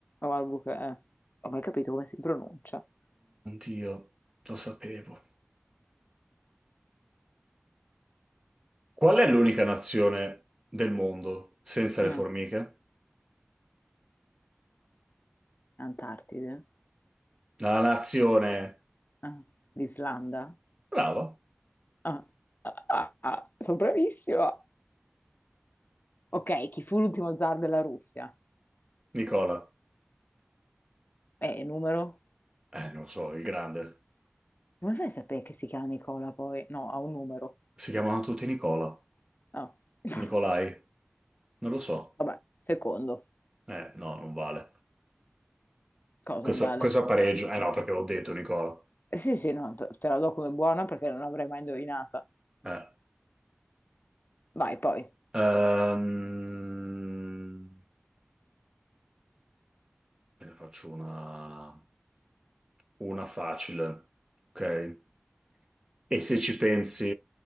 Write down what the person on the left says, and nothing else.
O Albuquerque. eh. Ho mai capito come si pronuncia.
Mm,
Antartide.
Ah, L'Islanda.
Ah, ah, ah, ah, Sono bravissima. Ok, chi fu l'ultimo zar della Russia?
Eh, numero?
Come fai a sapere che si chiama Nicola poi? No, ha un numero.
No. <laughs>
Vabbè, secondo.
Cosa
vale?
Eh sì, sì, no, te te la do come buona perché non l'avrei mai indovinata.
Vai, poi.